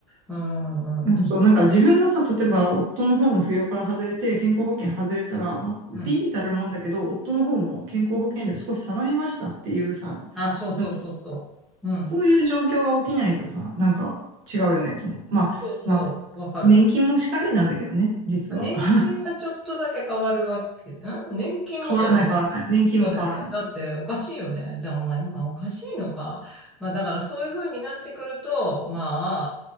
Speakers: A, in the centre; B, on the right.
A: うーん、
B: うん、
A: どう
B: そう、なんか自分がさ、例えば夫の方の扶養から外れて、健康保険外れたら、
A: うん、
B: まあ、ビビたるもんだけど、
A: うん。
B: 夫の方も健康保険料少し下がりましたっていうさ、
A: あ、そうそうそうそう。
B: なんつう
A: うん。
B: そういう状況が起きないとさ、なんか違うよねと思う。まあ、
A: そうそう、
B: まあ、
A: わかる。
B: 年金もしかりなんだけどね、実は。
A: 年金はちょっとだけ変わるわけ。
B: <laughs>
A: ん年金もそうだよね。
B: 変わらない変わらない。年金も変わらない。
A: そうだよね。だっておかしいよね。でもまあ今おかしいのか。まあだからそういう風になってくると、まあ、